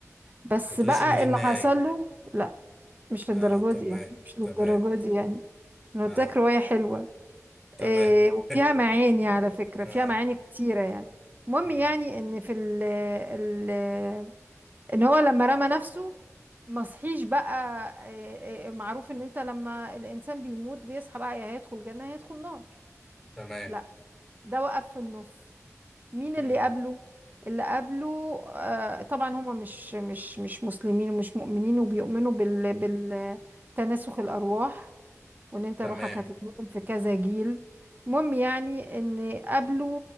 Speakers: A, on the right; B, in the centre.
A: بس
B: ما تقوليش
A: بقى
B: إن دي
A: اللي
B: النهاية
A: حصل له لا مش للدرجة
B: آه تمام
A: دي يعني مش للدرجة
B: تمام
A: دي يعني أنا
B: آه
A: قلت لك رواية حلوة
B: تمام
A: إيه وفيها
B: <laughs>
A: معاني على فكرة
B: آه
A: فيها معاني كتيرة يعني المهم
B: مم.
A: يعني إن في ال ان هو لما رمى نفسه ما صحيش بقى آه، آه، معروف ان انت لما الانسان بيموت بيصحى بقى يا هيدخل جنة يا هيدخل نار
B: تمام
A: لا ده وقف في النص مين
B: مم.
A: اللي قبله اللي قبله آه، طبعا هما مش مش مش مسلمين ومش مؤمنين وبيؤمنوا بال بالتناسخ الارواح وان انت
B: تمام
A: روحك هتتنقل في كذا جيل المهم يعني ان قبله